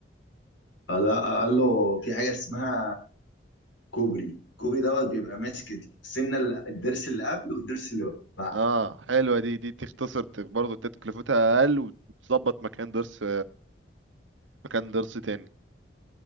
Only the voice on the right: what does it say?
اه حلوة دي دي تختصر برضه تكلفتها اقل وتظبط مكان ضرس مكان درس تاني